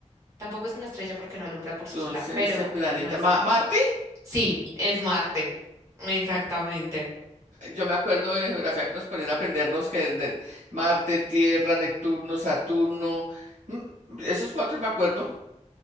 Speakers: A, on the right; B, on the right.
A: Tampoco es una estrella porque no alumbra por sí
B: Entonces,
A: sola, pero
B: ese planeta,
A: no es.
B: Ma- Marte,
A: Sí, es Marte. Exactamente.
B: yo me acuerdo de geografía que nos ponían a aprendernos que ne- Marte, Tierra, Neptuno, Saturno, mm, esos cuatro me acuerdo.